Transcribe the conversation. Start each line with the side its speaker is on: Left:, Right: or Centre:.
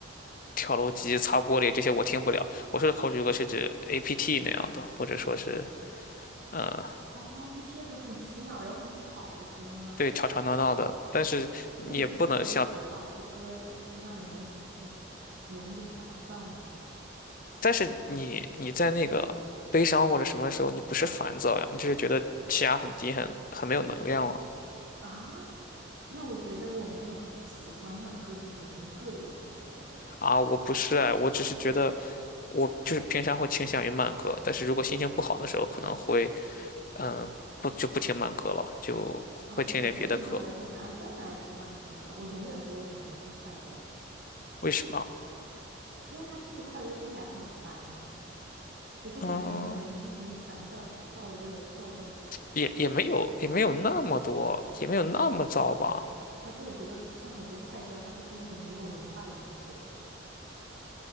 Left: 跳楼机、擦玻璃这些我听不了。我说的口水歌是指 APT 那样的，或者说是呃，
Right: 哦，就是那种很洗脑然后很吵的歌吗？
Left: 对，吵吵闹闹的，但是你也不能像
Right: 那你不会觉得吵的歌就是让人的情绪容易烦躁吗？
Left: 但是你你在那个悲伤或者什么时候，你不是烦躁呀，你就是觉得气压很低，很很没有能量了
Right: 啊，那我觉得我们俩喜欢慢歌的原因各有不同哎。
Left: 啊！我不是哎，我只是觉得我就是平常会倾向于慢歌，但是如果心情不好的时候，可能会嗯不就不听慢歌了，就会听点别的歌。
Right: 啊，我心情不好的时候反而更爱听慢歌了，我永远不会选择听快歌的，
Left: 为什么？
Right: 因为它就是快歌听起来很烦啊，我不喜欢那种让人心情烦躁起来、
Left: 嗯，
Right: 燥热、躁动起来的感觉。
Left: 也也没有也没有那么多，也没有那么糟吧？
Right: 而且我觉得像很多快歌，它就是那种没有文化的人写的。